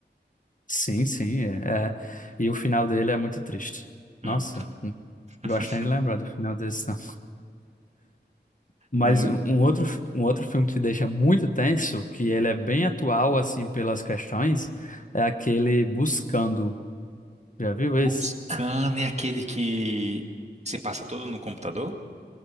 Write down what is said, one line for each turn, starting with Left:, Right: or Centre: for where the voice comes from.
Left: Sim, sim. É, é. E o final dele é muito triste.
Right: Muito,
Left: Nossa, não
Right: <laughs>
Left: gosto nem de lembrar do final desse, né? Mas
Right: muito.
Left: um um outro, fi- um outro filme que deixa muito tenso, que ele é bem atual, assim, pelas questões, é aquele Buscando. Já viu
Right: Buscando
Left: esse?
Right: é aquele que se passa todo no computador?